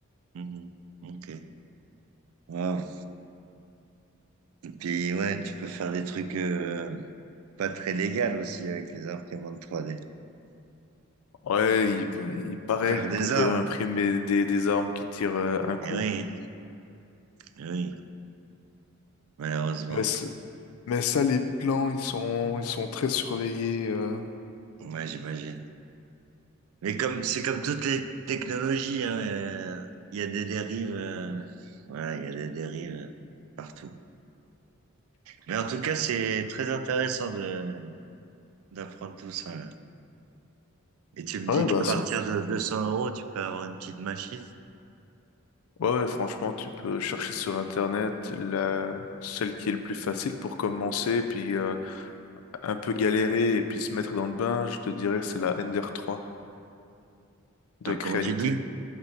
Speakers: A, on the right (about 70°); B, on the left (about 75°).
A: Mhm. Ok. Wow. Et puis, ouais, tu peux faire des trucs euh, pas très légaux aussi avec les imprimantes 3D.
B: Ouais, il, peut- il paraît
A: Faire des
B: qu'on peut
A: armes.
B: imprimer des, des armes qui tirent euh, un coup.
A: Eh oui, eh oui, malheureusement.
B: Mais, c- mais ça, les plans, ils sont, ils sont très surveillés. euh.
A: Ouais, j'imagine. Mais comme c'est comme toutes les technologies, hein, euh, il y a des dérives, euh, voilà, il y a des dérives partout. Mais en tout cas, c'est très intéressant de d'apprendre tout ça. là. Et tu me dis
B: Ouais,
A: qu'à
B: ben
A: partir
B: c'est...
A: de 200 euros, tu peux avoir une petite machine.
B: Ouais, ouais, franchement, tu peux chercher sur Internet la... celle qui est le plus facile pour commencer, puis euh, un peu galérer et puis se mettre dans le bain. Je te dirais que c'est la Ender 3 de
A: Attends,
B: Creality.
A: comment tu dis?